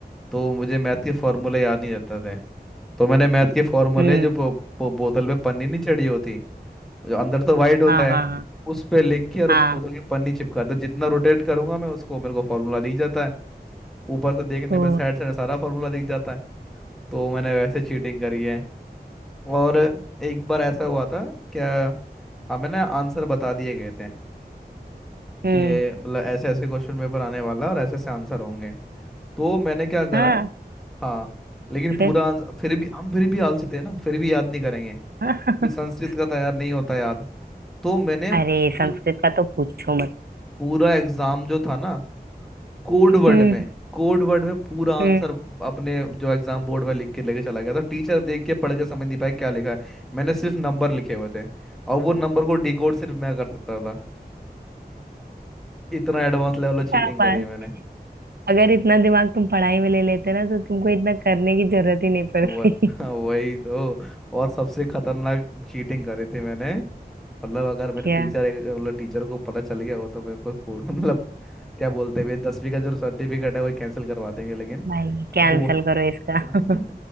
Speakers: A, in the centre; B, on the right (about 70°).
A: तो मुझे मैथ के फॉर्मूले याद नहीं रहते थे तो मैंने मैथ के फॉर्मूले
B: हम्म
A: जो बो- बो- बोतल पे पन्नी नहीं चढ़ी होती जो अंदर तो वाइड होता
B: हाँ हाँ
A: है
B: हाँ
A: उस पे लिख के और
B: हाँ
A: बोतल की पन्नी चिपका तो जितना रोटेट करूंगा मैं उसको मेरे को फार्मूला दिख जाता है ऊपर से देखने
B: तो
A: पर साइड साइड सारा फार्मूला दिख जाता है तो मैंने वैसे चीटिंग करी है और एक बार ऐसा हुआ था क्या हमें ना आंसर बता दिए गए थे
B: हम्म
A: कि मतलब ऐसे ऐसे क्वेश्चन पेपर आने वाला और ऐसे ऐसे आंसर होंगे तो मैंने क्या करा
B: हाँ
A: हाँ लेकिन
B: फिर
A: पूरा आंसर फिर भी हम फिर भी आलसी थे ना फिर भी याद नहीं करेंगे
B: हाँ।
A: क्योंकि संस्कृत
B: <laughs>
A: का था यार नहीं होता याद तो मैंने
B: अरे
A: पू-
B: संस्कृत का तो पूछो मत
A: पूरा एग्जाम जो था ना कोड
B: हम्म
A: वर्ड में कोड वर्ड में पूरा
B: हम्म
A: आंसर अपने जो एग्जाम बोर्ड पर लिख के लेके चला गया था टीचर देख के पढ़ के समझ नहीं पाए क्या लिखा है मैंने सिर्फ नंबर लिखे हुए थे और वो नंबर को डिकोड सिर्फ मैं कर सकता था इतना एडवांस लेवल
B: क्या
A: चीटिंग करी
B: बात
A: है मैंने
B: अगर इतना दिमाग तुम पढ़ाई में ले लेते ना तो तुमको इतना करने की जरूरत ही नहीं पड़ती
A: वह <laughs>
B: <laughs>
A: वही तो और सबसे खतरनाक चीटिंग करी थी मैंने मतलब अगर मेरे
B: क्या
A: टीचर मतलब टीचर को पता चल गया हो तो मेरे को कोड मतलब क्या बोलते हैं मेरे दसवीं का जो सर्टिफिकेट है वो कैंसिल करवा देंगे लेकिन
B: भाई कैंसल
A: हो
B: करो इसका
A: हाँ, <laughs>